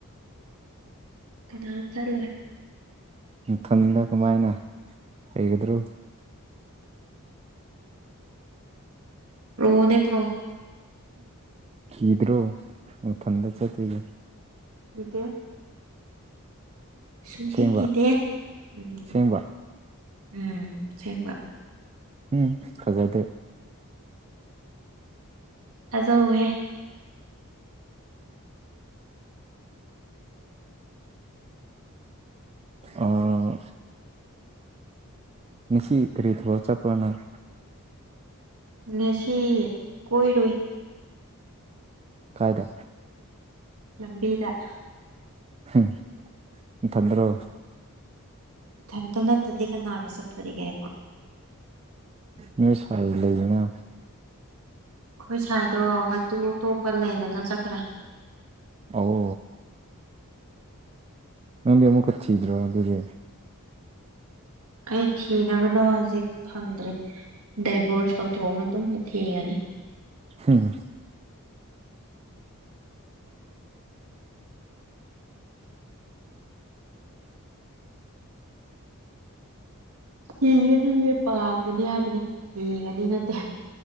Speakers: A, on the right (about 75°); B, on the right (about 25°).
A: ꯀꯅꯥꯝ ꯆꯠꯂꯣꯏ
B: ꯊꯟꯗ ꯀꯃꯥꯏꯅ ꯍꯩꯒꯗ꯭ꯔꯣ
A: ꯄ꯭ꯔꯣꯅꯦ ꯄ꯭ꯔꯣ
B: ꯀꯤꯗ꯭ꯔꯣ ꯅꯊꯟꯗ ꯆꯠꯇꯣꯏꯗꯣ
A: ꯀꯤꯗꯦ ꯁꯨꯡꯀꯤꯀꯤꯗꯦ
B: ꯑꯁꯦꯡꯕ
A: ꯎꯝ
B: ꯑꯁꯦꯡꯕ
A: ꯎꯝ ꯁꯦꯡꯕ
B: ꯎꯝ ꯊꯥꯖꯗꯦ
A: ꯊꯥꯖꯧꯍꯦ
B: ꯑꯥ ꯉꯁꯤ ꯀꯔꯤ ꯊꯕꯛ ꯆꯠꯄ꯭ꯔꯥ ꯅꯪ
A: ꯉꯁꯤ ꯀꯣꯏꯔꯨꯏ
B: ꯀꯥꯏꯗ
A: ꯂꯝꯕꯤꯗ
B: ꯍꯝ ꯅꯊꯟꯗꯔꯣ
A: ꯏꯊꯟꯗ ꯅꯠꯇ꯭ꯔꯥꯗꯤ ꯀꯥꯅꯥꯒ ꯆꯠꯇꯧꯔꯤꯒꯦ ꯑꯩꯕꯨ
B: ꯅꯣꯏ ꯁꯥꯏ ꯂꯩꯗꯅ
A: ꯑꯈꯣꯏ ꯁꯥꯏꯗꯣ ꯃꯇꯨ ꯑꯇꯣꯞꯄ ꯂꯩꯗꯅ ꯆꯠꯈ꯭ꯔꯦ
B: ꯑꯥ ꯋꯣ ꯅꯪꯗꯤ ꯑꯃꯨꯛꯀ ꯊꯤꯗ꯭ꯔꯣ ꯑꯗꯨꯗꯤ
A: ꯑꯩ ꯊꯤꯅꯕꯗꯣ ꯍꯧꯖꯤꯛ ꯐꯪꯗ꯭ꯔꯤ ꯗꯥꯏꯞ ꯕꯣꯔꯁ ꯇꯧꯊꯣꯛꯑ ꯃꯇꯨꯡ ꯊꯤꯔꯅꯤ
B: ꯍꯝ
A: ꯊꯤꯒꯅꯤꯌꯦ ꯄꯥꯟꯒꯅꯤ ꯍꯥꯏꯕꯅꯦ ꯊꯤꯒꯅꯤ ꯅꯠꯇꯦ